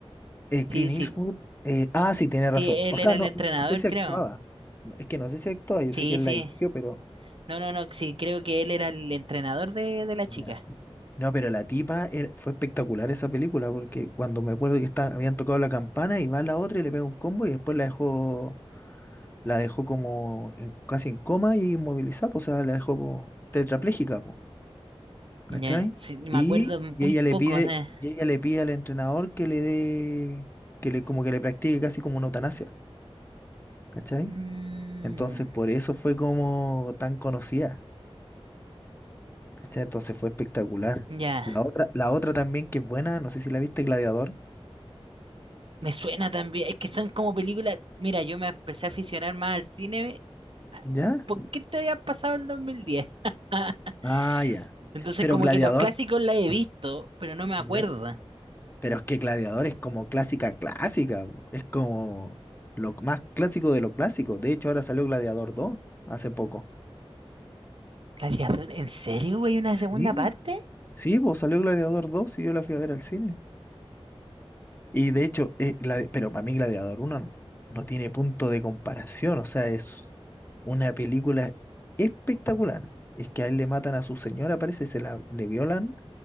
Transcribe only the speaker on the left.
eh, Clint
Eastwood. eh, ah, sí, tiene razón.
O sea,
no,
no, no sé si
actuaba. No, Es que no sé si actuaba, yo
sé que él
la dirigió, pero...
Ya.
No, pero la tipa era- fue espectacular esa película porque cuando me acuerdo que está- habían tocado la campana y va la otra y le pega un combo y después la dejó, la dejó como en- casi en coma y inmovilizada, pues, o sea, la dejó po, tetrapléjica, pues. ¿Cachai?
Y,
y
ella le
pide,
y ella le pide al entrenador que le dé, que le, como que le practique casi como una eutanasia, ¿cachai?
Entonces por eso fue como tan conocida, ¿cachai? Entonces fue espectacular.
La otra, la otra también que es buena, no sé si la viste, Gladiador,
¿ya?
Ah, ya.
Pero
Gladiador,
¿ya? Pero es que Gladiador es como clásica, clásica, po. es como lo más clásico de lo clásico. De hecho, ahora salió Gladiador dos hace poco.
Sí.
Sí, pues salió Gladiador dos y yo la fui a ver al cine. Y de hecho, eh, Gladi- pero para mí Gladiador uno no, no tiene punto de comparación. O sea, es una película espectacular. Es que a él le matan a su señora, parece, se la le violan